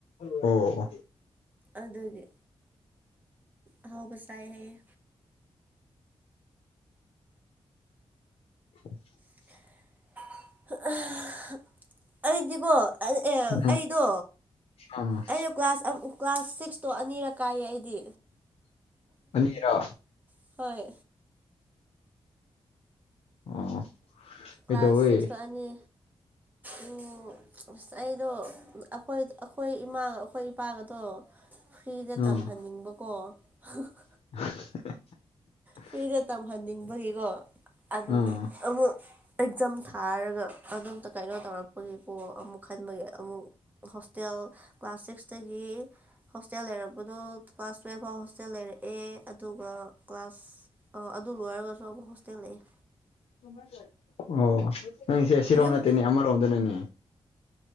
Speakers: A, on the left; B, on the right.
A: ꯑꯣ ꯑꯣ
B: ꯑꯗꯨꯒꯤ ꯑꯍꯥꯎꯕ ꯆꯥꯏ ꯍꯥꯏꯌꯦ
A: <inaudible>
B: <inaudible> ꯑꯩꯗꯤꯕꯣ ꯑꯩ ꯑꯦ
A: ꯎꯝ
B: ꯑꯩꯗꯣ
A: ꯑꯥ
B: ꯑꯩꯗꯣ ꯀ꯭ꯂꯥꯁ ꯑ ꯀ꯭ꯂꯥꯁ ꯁꯤꯛꯁꯇꯣ ꯑꯅꯤꯔꯛ ꯀꯥꯏꯌꯦ ꯑꯩꯗꯤ
A: ꯑꯅꯤꯔꯣ
B: <unintelligible> ꯍꯣꯏ
A: ꯑꯣ ꯀꯩꯗꯧꯋꯦ
B: ꯀ꯭ꯂꯥꯁ ꯁꯤꯛꯁꯇ ꯑꯅꯤ ꯎꯝ ꯑꯩꯗꯣ ꯑꯈꯣꯏ ꯑꯈꯣꯏ ꯏꯃꯥꯒ ꯑꯈꯣꯏ ꯏꯄꯥꯒꯗꯣ ꯐ꯭ꯔꯤꯗ
A: ꯑꯥ
B: ꯇꯝꯍꯟꯅꯤꯡꯕꯀꯣ <unintelligible>
A: <unintelligible>
B: ꯐ꯭ꯔꯤꯗ ꯇꯝꯍꯟꯅꯤꯡꯕꯒꯤꯀꯣ ꯑꯗꯨꯒꯤ
A: ꯑꯥ
B: ꯑꯃꯨꯛ ꯑꯦꯒꯖꯥꯝ ꯊꯥꯔꯒ ꯑꯗꯨꯝꯇ ꯀꯩꯅꯣ ꯇꯧꯔꯛꯄꯒꯤꯀꯣ ꯑꯃꯨꯛ ꯈꯟꯕꯒꯤ ꯑꯃꯨꯛ ꯍꯣꯁꯇꯦꯜ ꯀ꯭ꯂꯥꯁ ꯁꯤꯛꯁꯇꯒꯤ ꯍꯣꯁꯇꯦꯜ ꯂꯩꯔꯛꯄꯗꯨ ꯀ꯭ꯂꯥꯁ ꯇꯨꯌꯦꯜꯐ ꯐꯥꯎ ꯍꯣꯁꯇꯦꯜ ꯂꯩꯔꯛꯑꯦ ꯑꯗꯨꯒ ꯀ꯭ꯂꯥꯁ ꯑ ꯑꯗꯨ ꯂꯣꯏꯔꯒꯁꯨ ꯑꯃꯨꯛ ꯍꯣꯁꯇꯦꯜ ꯂꯩꯌꯦ
A: <inaudible> ꯑꯣ ꯅꯪꯁꯦ ꯁꯤꯔꯣꯝ
B: ꯌꯨꯝ
A: ꯅꯠꯇꯦꯅꯦ ꯑꯃꯔꯣꯝꯗꯅꯅꯦ